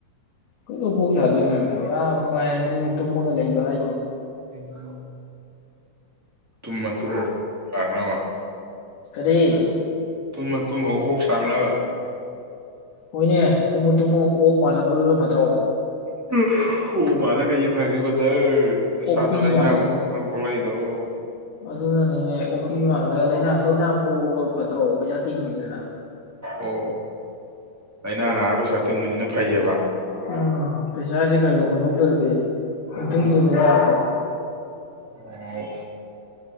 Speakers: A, on the left (about 85°); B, in the centre.
A: ꯀꯩꯗꯧ ꯀꯣꯛ ꯁꯥꯗꯣꯏꯅꯣꯅꯦ ꯌꯥꯝ ꯅꯨꯡꯉꯥꯏꯅꯅꯤꯅꯦ ꯇꯨꯝꯃꯒ ꯂꯩꯕ ꯍꯥꯏꯁꯦ
B: <inaudible> ꯇꯨꯝꯃ ꯇꯨꯝꯃ ꯂꯥꯛꯅꯕ
A: ꯀꯔꯤ
B: ꯇꯨꯝꯃ ꯇꯨꯝꯃ ꯑꯣꯛ ꯁꯥꯛꯅꯕ
A: ꯍꯣꯏꯅꯦ ꯇꯨꯝꯃꯨ ꯇꯨꯝꯃꯨ ꯑꯣꯛ ꯃꯥꯜꯂꯛꯄꯗꯨꯅ ꯐꯠꯇ꯭ꯔꯣ
B: <unintelligible> ꯑꯣꯛ ꯃꯥꯂ ꯀꯩ ꯐꯒꯦ ꯕꯗꯔ ꯅꯁꯥꯗꯨ
A: ꯑꯣꯛꯄꯤ
B: ꯂꯩꯅꯥ
A: ꯃꯥꯜꯂꯛ
B: ꯃꯈꯜ ꯃꯈꯜ ꯄꯣꯛꯂꯛꯏꯗꯨ <unintelligible>
A: ꯑꯗꯨꯅꯅꯤꯅꯦ ꯑꯣꯛꯄꯤ ꯃꯥꯜꯂꯒ ꯂꯩꯅꯥ ꯂꯩꯅꯥ ꯄꯣꯛꯑꯒ ꯐꯠꯇ꯭ꯔꯣ ꯄꯩꯁꯥ ꯇꯤꯡꯉꯤꯗꯅ
B: ꯑꯣ ꯂꯩꯅꯥ ꯅꯥꯔ ꯄꯩꯁꯥ ꯇꯤꯡꯕꯁꯤꯅ ꯐꯩꯌꯦꯕ
A: ꯎꯝ <unintelligible> ꯈꯔ ꯈꯔ ꯍꯨꯟꯗꯣꯛꯇꯔꯗꯤ <unintelligible>
B: ꯑꯣ ꯑꯣ